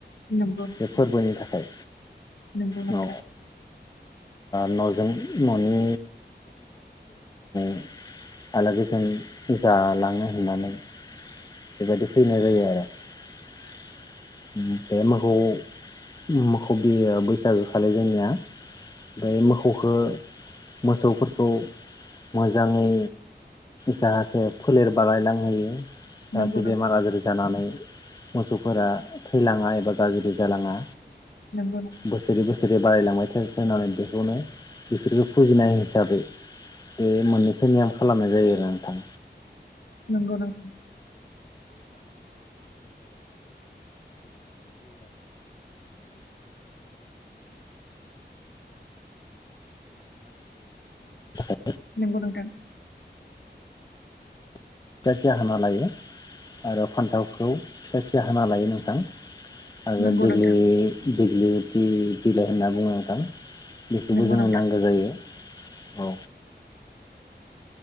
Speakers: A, on the left; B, on the left.
A: नंगौ नोंथां
B: बे फोरबोनि थाखाय
A: नंगौ नोंथां
B: औ -औ ओ न'जों न'नि <unintelligible> मोजाङै जाहाथे फोलेर बारायलांनो होयो। जाहाथे
A: नंगौ नोंथां
B: बेमार आजारि जानानै मोसौफोरा थैलाङा एबा गाज्रि जालाङा।
A: नंगौ नोंथां
B: बोसोरै बोसोरै बारायलांबाय थायो। होननानै बेखौनो बिसोरखौ फुजिनाय हिसाबै बे मोननैसो नियोम खालामनाय जायो आरो नोंथां।
A: नंगौ नोंथां
B: <unintelligible> <unintelligible>
A: नोंगौ नोंथां।
B: फिसा फिसा हाना लायो आरो फान्थावखौ फिसा फिसा हाना लायो नोंथां। आरो
A: नंगौ
B: दिग्लि
A: नोंथां
B: -दिग्लि बि बिलाइ होनना बुङो नोंथां। बेखौबो
A: नंगौ
B: जोङो
A: नोंथां
B: नांगौ जायो। औ